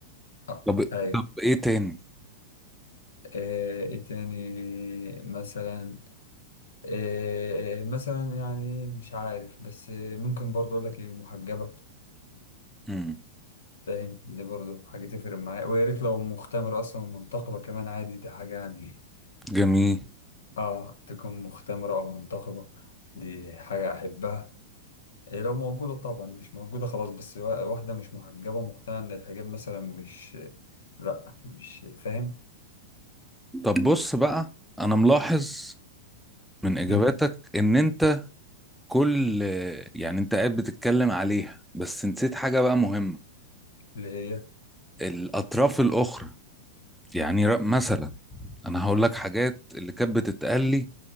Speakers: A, on the left (about 75°); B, in the centre.
A: آه،
B: طب إيه،
A: ايوه
B: طب إيه تاني؟
A: آه، ايه تاني مثلا آه، مثلا يعني مش عارف بس ممكن برضه اقول لك ايه محجبة
B: مم.
A: فاهم دي برضه حاجة تفرق معايا ويا ريت لو مختمرة أصلا ومنتقبة كمان عادي دي حاجة يعني
B: جميل
A: آه تكون مختمرة أو منتقبة دي حاجة أحبها إيه لو موجودة طبعا مش موجودة خلاص بس وا- واحدة مش محجبة مقتنعة إن الحجاب مثلا مش لأ مش فاهم
B: طب بص بقى أنا ملاحظ من إجاباتك
A: مم.
B: إن أنت كل يعني أنت قاعد بتتكلم عليها بس نسيت حاجة بقى مهمة
A: اللي هي
B: الأطراف الأخرى يعني ر- مثلا أنا هقول لك حاجات اللي كانت بتتقال لي